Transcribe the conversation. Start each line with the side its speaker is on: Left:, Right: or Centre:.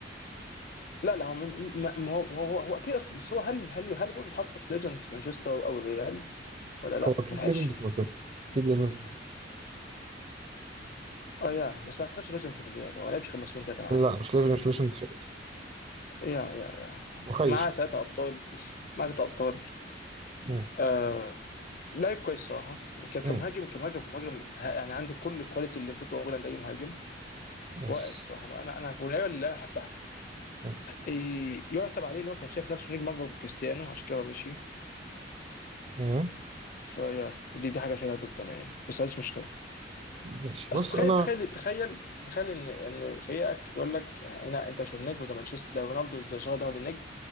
Left: لا لا هو م- م- ما هو هو هو هو اكيد أص- بس هو هل هل هل برضه اتحط في ليجندز مانشستر او الريال ولا لا
Right: هو اكيد
Left: ما لحقش
Right: ليجند في مانشستر اكيد ليجند
Left: اه يا بس ما اعتقدش ليجندز في الريال هو ما لعبش غير موسمين ثلاثه معانا
Right: لا مش ليجند مش ليجند فريق
Left: يا يا يا
Right: مخيش
Left: معاه
Right: اصلا
Left: ثلاثه ابطال معاه ثلاثه ابطال
Right: مم.
Left: آه لعيب كويس صراحه ك- كمهاجم
Right: مم.
Left: كمهاجم كمهاجم ه- يعني عنده كل الكواليتي اللي المفروض تبقى موجوده عند اي مهاجم
Right: يس
Left: واقع الصراحه انا انا انا واللعيبه اللي انا احبها
Right: مم.
Left: إيه، يعتب عليه اللي هو كان شايف نفسه نجم اكبر من كريستيانو عشان كده هو مشي
Right: مم.
Left: فيا دي دي حاجه شايلها ضدنا يعني بس هذه مش مشكله
Right: ماشي
Left: بس
Right: بص
Left: تخيل
Right: انا
Left: تخيل تخيل تخيل ان ان فريقك يقول لك لا انت مش النجم ده مانشستر ده رونالدو الظاهر ده هو اللي النجم